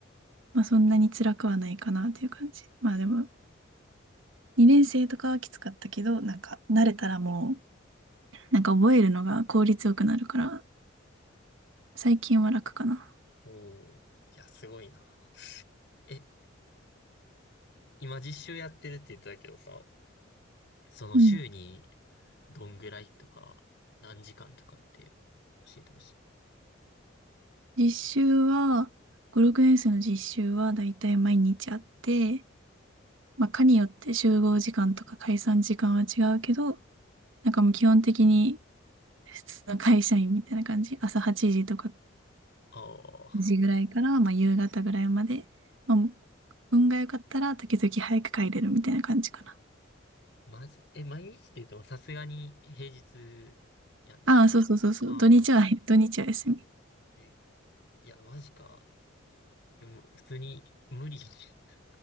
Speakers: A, on the right; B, on the left.
A: まあそんなに辛くはないかなっていう感じ。まあでも、2年生とかはきつかったけど、なんか慣れたらもう、なんか覚えるのが効率よくなるから、最近は楽かな。
B: おー、いや、すごいな。え、今実習やってるって言ってたけどさ、その週に
A: うん。
B: どんぐらいとか、何時間とかって教えてほしいな。
A: 実習は、5、6年生の実習はだいたい毎日あって、まあ、科によって集合時間とか解散時間は違うけど、なんかもう基本的に普通の会社員みたいな感じ。朝8時とか
B: ああ。
A: 時ぐらいから、まあ、夕方ぐらいまで。まあ、運が良かったら時々早く帰れるみたいな感じかな。
B: マジ、え、毎日って言ってもさすがに平日やんな。
A: ああ、そうそうそうそう。
B: ああ、
A: 土日は、土日は休み。
B: え、いや、マジか。でも、普通に無理。<laughs>